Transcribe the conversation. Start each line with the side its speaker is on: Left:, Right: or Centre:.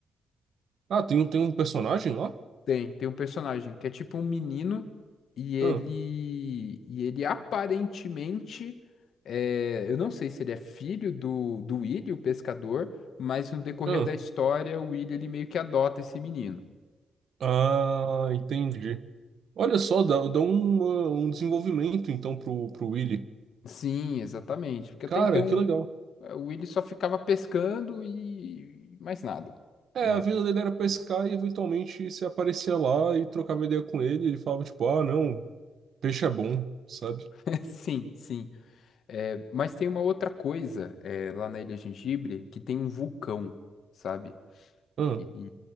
Right: Ah, tem um, tem um personagem lá?
Left: Tem, tem um personagem que é tipo um menino e ele,
Right: Ah,
Left: e ele aparentemente, é, eu não sei se ele é filho do, do Willy, o pescador, mas no decorrer
Right: ah.
Left: da história, o Willy ele meio que adota esse menino.
Right: Ah, entendi. Olha só, dá, dá uma- um desenvolvimento então pro, pro Willy.
Left: Sim, exatamente. Porque
Right: Cara,
Left: até então
Right: que legal.
Left: eh, o Willy só ficava pescando e mais nada,
Right: É,
Left: né?
Right: a vida dele era pescar e eventualmente você aparecia lá e trocava ideia com ele. e Ele falava tipo, ah, não, peixe é bom, sabe?
Left: <laughs> Sim, sim. É, mas tem uma outra coisa é, lá na Ilha Gengibre que tem um vulcão, sabe?
Right: Ah,
Left: E